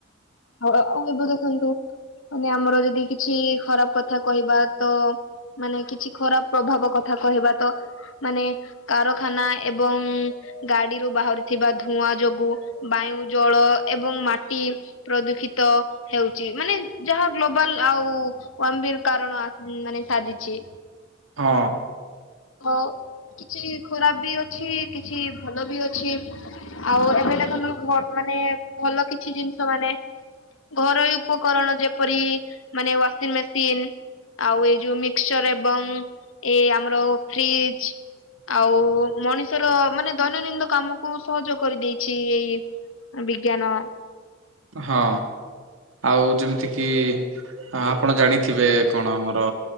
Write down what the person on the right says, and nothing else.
ହଁ।
ହଁ ଆଉ ଯେମିତି କିି ହଁ ଆପଣ ଜାଣିଥିବେ କଣ ଆମର